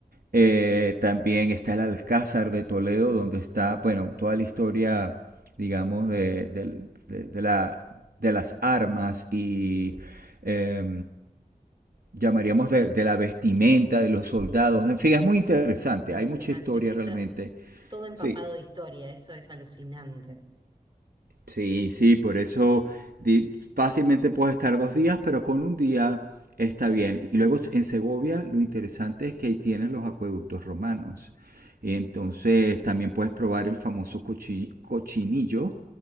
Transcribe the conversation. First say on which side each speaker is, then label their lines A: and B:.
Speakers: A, on the right; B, on the right.
A: Eh, también está el Alcázar de Toledo, donde está, bueno, toda la historia, digamos, de, de, de, de la, de las armas y eh, llamaríamos de, de la vestimenta de los soldados. En fin, es muy interesante,
B: impresionante.
A: hay mucha historia
B: Sí,
A: realmente.
B: está todo empapado
A: Sí.
B: de historia, eso es alucinante.
A: Sí, sí, por eso di- fácilmente puedes estar dos días, pero con un día está bien. Y luego en Segovia lo interesante es que ahí tienes los acueductos romanos. Y entonces también puedes probar el famoso cochi- cochinillo,